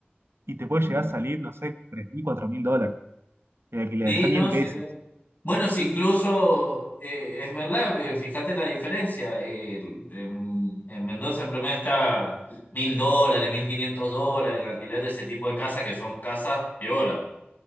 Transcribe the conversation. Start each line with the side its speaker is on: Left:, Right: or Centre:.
Right: y te puede llegar a salir, no sé, tres mil, cuatro mil dólares de alquiler,
Left: Sí,
Right: ya
Left: no,
Right: ni en
Left: sí.
Right: pesos.
Left: ve. Bueno, sí, incluso eh, es verdad, eh, fíjate la diferencia. el- en, en Mendoza el promedio está mil dólares, mil quinientos dólares, el alquiler de ese tipo de casas que son casas piola,